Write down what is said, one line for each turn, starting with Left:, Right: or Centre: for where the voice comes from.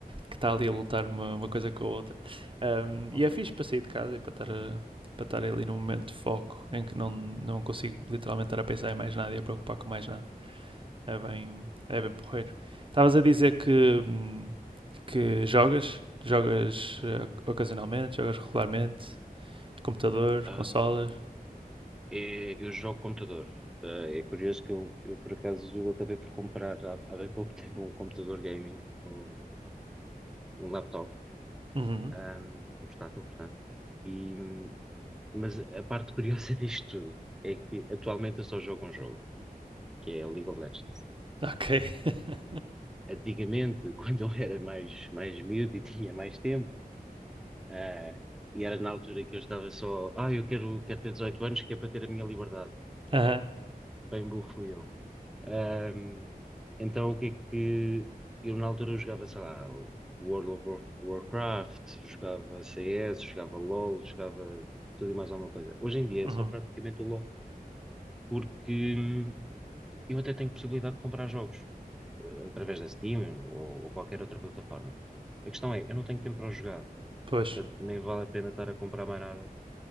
Right: que está ali a lutar uma, uma coisa com a outra. Ahm,
Centre: ok.
Right: e é fixe para sair de casa e para estar, a- para estar ali num momento de foco em que não, não consigo literalmente estar a pensar em mais nada e a preocupar com mais nada. É bem, é bem porreiro. Estavas a dizer que, hum, que jogas, jogas eh, ocasionalmente, jogas regularmente. Computador,
Centre: Ahm,
Right: consolas.
Centre: é- eu jogo computador. Ah, é curioso que eu, eu, por acaso, acabei por comprar há, há bem pouco tempo um computador gaming, um, um laptop,
Right: Uhum.
Centre: ahm, um portátil, portanto. E, hum, mas a parte curiosa <laughs> disto tudo é que atualmente eu só jogo um jogo, que é League of Legends.
Right: Ok. <laughs>
Centre: antigamente, <laughs> quando eu era mais, mais miúdo e tinha mais tempo, ah, e era na altura que eu estava só, ah, eu quero, quero ter 18 anos, que é para ter a minha liberdade.
Right: Aham.
Centre: Bem burro fui eu. Ahm, então, o que é que. Eu na altura eu jogava, sei lá, o World of War- Warcraft, jogava CS, jogava LOL, jogava tudo e mais alguma coisa. Hoje em dia
Right: Uhum.
Centre: é só praticamente o LOL, porque hum, eu até tenho possibilidade de comprar jogos. eh, através da Steam ou, ou qualquer outra plataforma. A questão é, eu não tenho tempo para o jogar,
Right: Pois.
Centre: portanto, nem vale a pena estar a comprar mais nada,